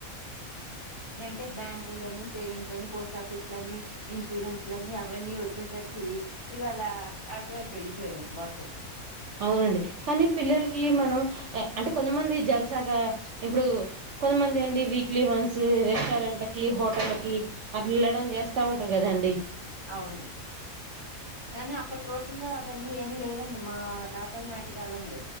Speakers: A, on the left; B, on the right.
A: యితే బ్యాంకు లోని సేవింగ్స్ అని పోస్ట్ ఆఫీస్ అని ఇన్సూరెన్స్ లని అవన్నీ వచ్చేసరికి ఇవళ ఆటువైపు ఏళ్లు పేరు మత్తం
B: అవునండి కానీ పిల్లలకి మనం అంటే కొంతమంది జలసాగా ఇప్పుడు కొంతమంది అండి వీక్లీ వన్స్ రెస్టారెంట్ల కి హోటల్కి అట్లా వెళ్ళడం చేస్తా ఉంటారు కదండి
A: అవును కానీ అప్పటి రోజుల్లో అవన్నీ ఏం లేవని మా తాతల నాటి కాలంలో